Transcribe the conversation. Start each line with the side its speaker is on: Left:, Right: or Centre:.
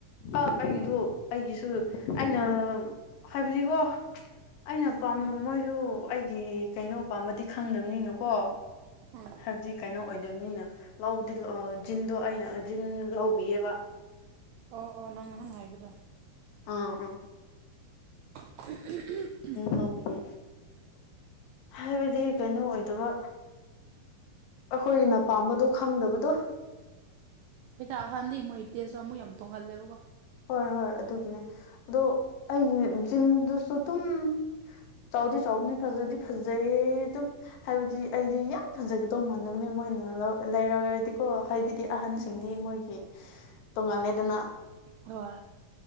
Left: ꯑ ꯑꯩꯒꯤꯗꯨ ꯑꯩꯒꯤꯁꯨ ꯑꯩꯅ ꯍꯥꯏꯕꯗꯤꯀꯣ ꯑꯩꯅ ꯄꯥꯝꯕ
Right: ꯎꯝ
Left: ꯃꯣꯏꯁꯨ ꯑꯩꯒꯤ ꯀꯩꯅꯣ ꯄꯥꯝꯕꯗꯤ ꯈꯪꯗꯕꯅꯤꯅꯀꯣ
Right: ꯎꯝ
Left: ꯍꯥꯏꯕꯗꯤ ꯀꯩꯅꯣ ꯑꯣꯏꯗꯕꯅꯤꯅ ꯂꯧꯗꯤ ꯖꯤꯟꯗꯣ ꯑꯩꯅ ꯖꯤꯟ ꯂꯧꯕꯤꯑꯕ
Right: ꯑꯣ ꯑꯣ ꯅꯪ ꯅꯍꯥꯟ ꯍꯥꯏꯕꯗꯣ
Left: ꯑꯥ ꯑꯥ
Right: <unintelligible>
Left: ꯂꯧꯕꯤꯌꯦ ꯍꯥꯏꯕꯗꯤ ꯀꯩꯅꯣ ꯑꯣꯏꯗꯕ ꯑꯩꯈꯣꯏꯒꯤꯅ ꯄꯥꯝꯕꯗꯣ ꯈꯪꯗꯕꯗꯣ
Right: ꯍꯩ ꯇꯥꯛ ꯑꯍꯟꯗꯤ ꯃꯣꯏ ꯏ ꯇꯦꯁꯇꯣ ꯑꯃꯨꯛ ꯌꯥꯝ ꯇꯣꯡꯍꯜꯂꯦꯕꯀꯣ
Left: ꯍꯣꯏ ꯍꯣꯏ ꯑꯗꯨꯒꯤꯅꯦ ꯑꯗꯣ ꯑꯩꯒꯤ ꯖꯤꯟꯗꯨꯁꯨ ꯑꯗꯨꯨꯝ ꯆꯥꯎꯗꯤ ꯆꯥꯎꯕꯅꯤ ꯐꯖꯗꯤ ꯐꯖꯩ ꯑꯗꯨꯝ ꯍꯥꯏꯕꯗꯤ ꯑꯩꯗꯤ ꯌꯥꯝ ꯐꯖꯒꯗꯧ ꯃꯥꯟꯗꯝꯅꯦ ꯃꯣꯏꯅ ꯂꯩꯔꯔꯗꯤꯀꯣ ꯍꯥꯏꯕꯗꯤ ꯑꯍꯟꯁꯤꯡꯗꯤ
Right: ꯎꯝ
Left: ꯃꯣꯏꯒꯤ ꯇꯣꯉꯥꯜꯂꯦꯗꯅ
Right: ꯍ